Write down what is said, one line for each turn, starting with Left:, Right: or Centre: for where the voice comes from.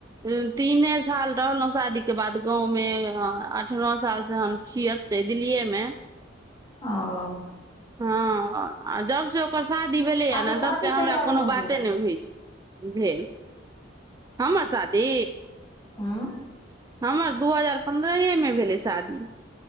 Right: उम्म तीने साल रहलहुँ शादी के बाद गाँव मे। अ आठ-नओ सालसँ हम छी एतहि दिल्लीए मे।
Left: ओ।
Right: हँ, आ जबसँ ओकर शादी भेलैए
Left: अहाँके
Right: ने,
Left: शादी
Right: तबसँ हमरा
Left: कहिया
Right: कोनो
Left: भऽ
Right: बाते
Left: गेल
Right: नहि होइत छै। भेल। हमर शादी?
Left: आँ?
Right: हमर दू हजार पन्द्रहेमे भेलै शादी।